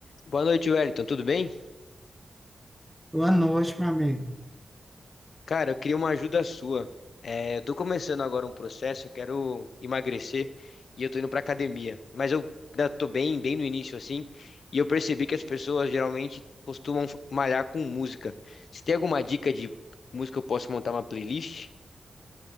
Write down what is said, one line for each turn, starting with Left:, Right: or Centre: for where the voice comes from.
Left: Boa noite, Wellington. Tudo bem?
Centre: Boa noite, meu amigo.
Left: Cara, eu queria uma ajuda sua. É, eu tô começando agora um processo, eu quero emagrecer e eu tô indo pra academia. Mas eu ainda tô bem, bem no início, assim, e eu percebi que as pessoas geralmente costumam f- malhar com música. Você tem alguma dica de música que eu posso montar uma playlist?